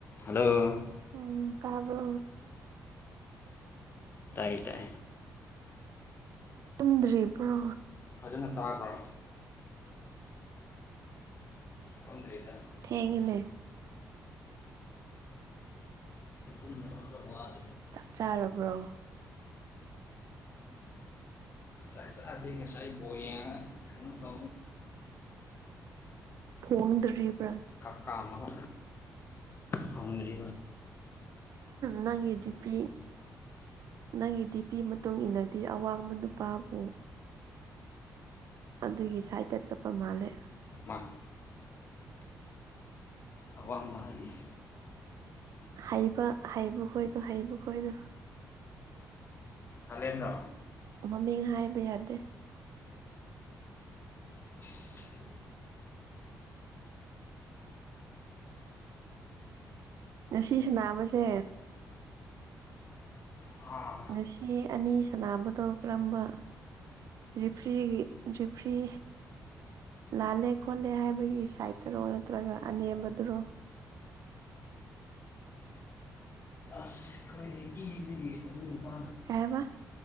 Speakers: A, on the left (about 35°); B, on the right (about 60°).
A: ꯍꯥꯜꯂꯣ
B: ꯎꯝ ꯇꯥꯕ
A: ꯇꯥꯏ ꯇꯥꯏ
B: ꯇꯨꯝꯗ꯭ꯦꯔꯤꯕ꯭ꯔꯣ
A: ꯐꯖꯅ ꯇꯥꯕ꯭ꯔꯥ ꯇꯣꯡꯗ꯭ꯔꯔꯤꯗ
B: ꯊꯦꯡꯅꯦ
A: ꯎꯅꯈ꯭ꯔ ꯋꯥ
B: ꯆꯛ ꯆꯥꯔꯕ꯭ꯔꯣ
A: ꯆ ꯁꯗꯤ ꯉꯁꯥꯏ ꯕꯣꯌꯥ ꯇ
B: ꯊꯣꯡꯗ꯭ꯔꯤꯕ꯭ꯔꯥ
A: ꯀꯥꯃꯒ ꯊꯥꯎꯗꯔꯤ
B: ꯅꯪꯒꯤ ꯗꯤꯄꯤ ꯅꯪꯒꯤ ꯗꯤꯄꯤꯤ ꯃꯇꯨꯡ ꯏꯟꯅꯗꯤ ꯑꯋꯥꯡꯕ ꯅꯨꯄꯥꯕꯨ ꯑꯗꯨꯒꯤ ꯁꯥꯏꯠꯇ ꯆꯠꯄ ꯃꯥꯜꯂꯦ
A: ꯃꯥ ꯑꯋꯥ ꯃꯈ ꯍꯥꯏꯥꯏ
B: ꯍꯩꯕ ꯍꯩꯕ ꯈꯣꯏꯅꯣ ꯍꯩꯕ ꯈꯣꯏꯅꯣ
A: ꯐꯂꯦꯅ
B: ꯃꯃꯤꯡ ꯍꯥꯏꯕ ꯌꯥꯗꯦ
A: <unintelligible>
B: ꯉꯁꯤꯁꯨꯅꯥꯕꯁꯦ
A: ꯑꯥ
B: ꯉꯁꯤ ꯑꯅꯤ ꯁꯥꯟꯅꯥꯅꯕꯗꯣ ꯀꯔꯝꯕ ꯖꯤꯔꯤꯐ꯭ꯔꯤ ꯖꯤꯔꯤꯐ꯭ꯔꯤ ꯂꯥꯜꯂꯦ ꯈꯣꯠꯂꯦ ꯍꯥꯏꯕꯒꯤ ꯁꯥꯏꯠꯇꯔꯣ ꯅꯠꯇ꯭ꯔꯒ ꯑꯅꯦꯝꯕꯗꯨꯔꯣ
A: ꯑꯁ ꯀꯦ ꯏꯗꯒꯤ ꯑꯗꯨ ꯄꯥ
B: ꯀꯩ ꯍꯥꯏꯕ